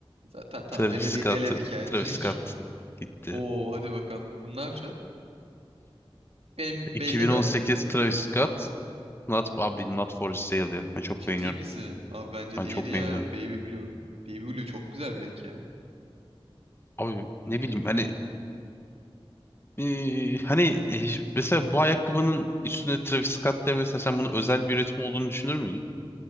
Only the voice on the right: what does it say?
Zaten
tamam
eledik,
eledik yani
<laughs> direkt.
Oo hadi bakalım. Bunu ne yapacaksın? Benim
belli de.
Ciddi
misin? Ama bence
diğeri
ya.
Baby Blue. Baby Blue çok güzel bir renk ya.